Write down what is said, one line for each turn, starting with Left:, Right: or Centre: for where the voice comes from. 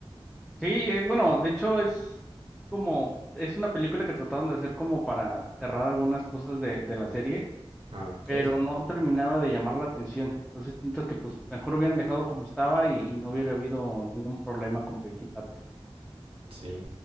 Centre: Sí, eh, bueno, de hecho es como, es una película que trataron de hacer como para cerrar algunas cosas de, de la serie,
Right: Ah, ok,
Centre: pero no terminaba de llamar la atención. Entonces siento que pues mejor hubieran dejado como estaba y, y no hubiera habido ningún problema con Breaking Bad.
Right: sí.